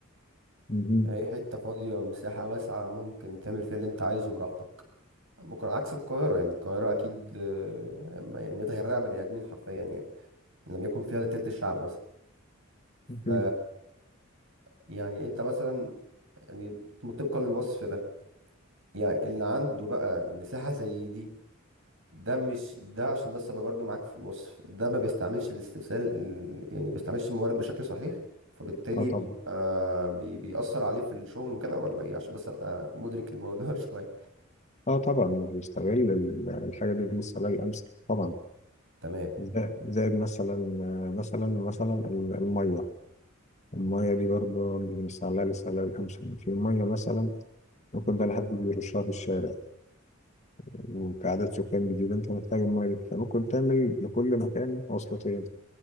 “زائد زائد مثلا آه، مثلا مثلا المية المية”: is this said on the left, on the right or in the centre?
Left